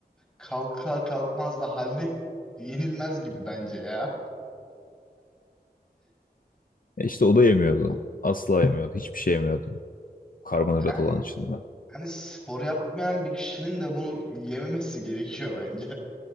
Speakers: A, in the centre; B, on the left.
A: kalkar kalkmaz da haline yenilmez gibi bence ya.
B: E işte o da yemiyordu. Asla yemiyordu. Hiçbir şey yemiyordu. Karbonhidrat
A: Yani
B: olan içinde.
A: hani spor yapmayan bir kişinin de bunu yememesi gerekiyor bence.